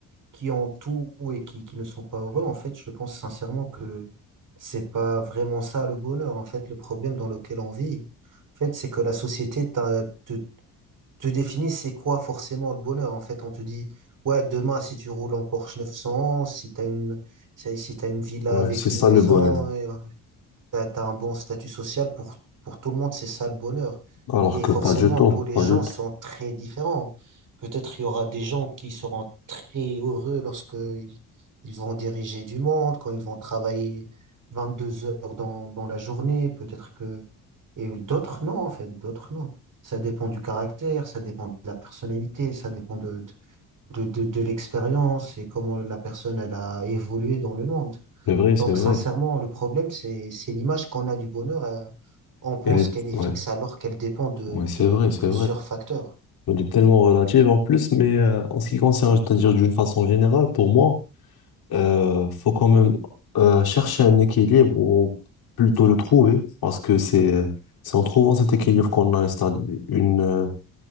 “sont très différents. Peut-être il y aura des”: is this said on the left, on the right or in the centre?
Right